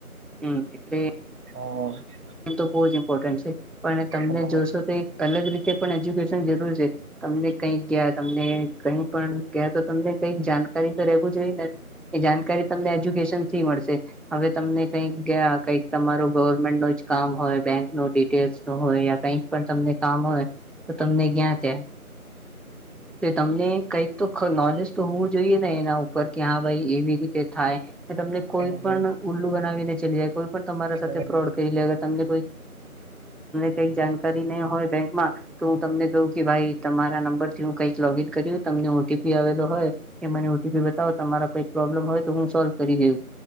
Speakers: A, in the centre; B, on the right.
A: હમ એટલે
B: હા <unintelligible>
A: એ તો બહુ જ ઇમ્પોર્ટન્ટ છે પણ તમને
B: હમ હમ હમ હમ
A: જોશો તો એક અલગ રીતે પણ એજ્યુકેશન જરૂર છે. તમને કઈક ગયા તમને કઈ પણ ગયા તો તમને કઈક જાણકારી તો રહેવું જોઈએ ને. એ જાણકારી તમને એજ્યુકેશન થી મળશે હવે તમને કઈક ગયા કઈક તમારો ગવર્મેન્ટ નો કામ હોય બેંક નો ડિટેલ્સ નું હોય કઈ પણ તમને કામ હોય તો તમને જ્યાં ત્યાં તો તમને કંઈક તો નોલેજ તો હોવું જોઈએ ને એના ઉપર કે હા ભાઈ એવી રીતે થાય તમને કોઈ
B: હમ હમ
A: પણ
B: હમ
A: ઉલ્લું બનાવીને ચલી જાય કોઈ પણ તમારા સાથે
B: હમ હમ
A: ફ્રોડ કરી લે તમને કઈક જાણકારી નહીં હોય બેંકમાં તો હું તમને કહું કે ભાઈ તમારા નંબર થી હું કંઈક લોગ ઇન કર તમને ઓટીપી આવેલો હોય કે મને ઓટીપી બતાવો તમારા કોઈક પ્રોબ્લેમ હોય તો હું સોલ્વ કરી દે